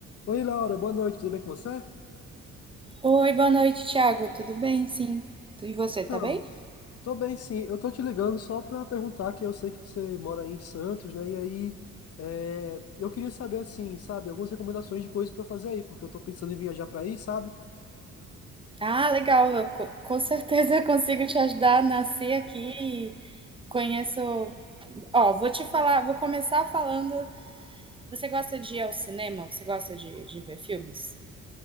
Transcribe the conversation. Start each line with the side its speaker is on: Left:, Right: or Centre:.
Left: Oi, Laura, boa noite, tudo bem com você?
Right: Oi, boa noite, Thiago. Tudo bem? Sim. Tu- E você,
Left: Então,
Right: tá bem?
Left: tô bem sim. Eu tô te ligando só pra perguntar que eu sei que você mora aí em Santos, né? E aí, é, eu queria saber, assim, sabe, algumas recomendações de coisas pra fazer aí, porque eu tô pensando em viajar pra aí, sabe?
Right: Ah, legal. Eu co- com certeza <laughs> consigo te ajudar. Nasci aqui, e conheço. Ó, vou te falar, vou começar falando. Você gosta de ir ao cinema? Você gosta de, de ver filmes?